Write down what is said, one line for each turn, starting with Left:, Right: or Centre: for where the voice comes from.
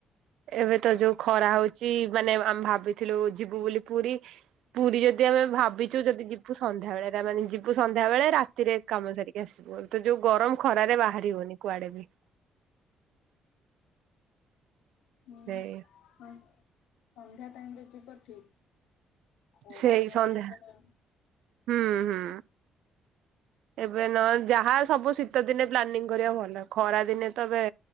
Right: ଏବେ ତ ଯୋଉ ଖରା ହଉଛି ମାନେ ଆମେ ଭାବିଥିଲୁ ଯିବୁ ବୋଲି ପୁରୀ। ପୁରୀ ଯଦି ଆମେ ଭାବିଛୁ ଯଦି ଯିବୁ ସନ୍ଧ୍ୟା ବେଳେ। ରା-ମାନେ ଯିବୁ ସନ୍ଧ୍ୟା ବେଳେ ରାତିରେ କାମ ସାରିକି ଆସିବୁ। ବୁ ତ ଯୋଉ ଗରମ ଖରାରେ ବାହାରିବନି କୁଆଡେ ବି।
Left: ମା-
Right: ସେଇ
Left: ମାନ ସନ୍ଧ୍ୟା ଟାଇମ୍ ରେ ଯିବ ଠିକ। ଖରା
Right: ସେଇ
Left: ଗରମରେ
Right: ସନ୍ଧ୍ୟା ହୁଁ, ହୁଁ ଏବେ ନ ଯାହା ସବୁ ଶୀତ ଦିନେ ପ୍ଲାନିଂ କରିବା ଭଲ। ଖରା ଦିନେ ତ ଏବେ